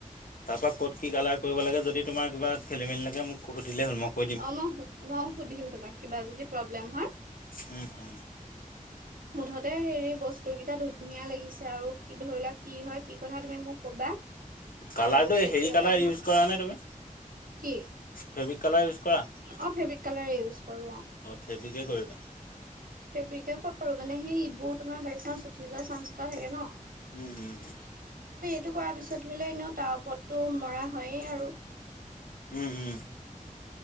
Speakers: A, on the left; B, on the right.
A: তাৰ পৰা ক'ত কি কালাৰ কৰিব লাগে, যদি তোমাৰ কিবা খেলি মেলি লাগে মোক সুধিলেই হ'ল মই কৈ দিম
B: অ', মই, মই সুধিম তোমাক, কিবা যদি প্ৰব্লেম হয়
A: উম, উম।
B: মুঠতে হেৰি, বস্তুকেইটা ধুনীয়া লাগিছে। আৰু কি, ধৰি লোৱা, কি হয় কি কথা তুমি মোক ক'বা
A: কালাৰটো
B: আৰু কেতিয়ালৈ
A: হেৰি কালাৰ
B: আহা,
A: ইউজ কৰা নে তুমি
B: কি?
A: ফেব্ৰিক কালাৰ
B: অ',
A: ইউজ কৰা
B: ফেব্ৰিক কালাৰেই ইউজ কৰোঁ, অ'।
A: ফেব্ৰিকে
B: ফেব্ৰিকেই
A: কৰিবা
B: কৰোঁ মানে, সেই সেইবোৰ তোমাৰ <unintelligible> <unintelligible> যোৱা চান্স এটা থাকে ন?
A: উম, উম, উম।
B: তো কৰা পিছত ধৰি লোৱা, এনেও তাৰ ওপৰতটো মৰা হয়েই আৰু
A: উম, উম।